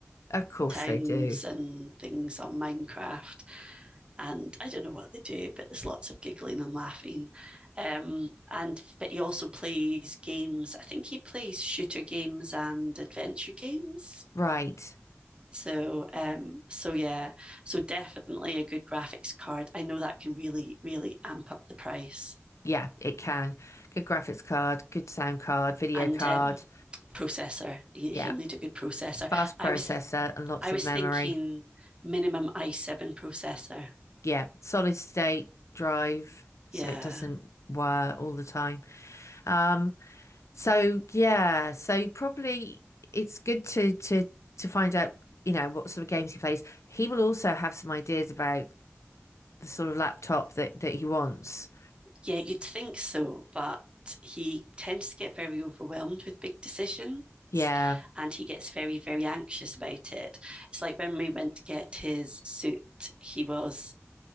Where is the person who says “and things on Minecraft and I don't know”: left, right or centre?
Right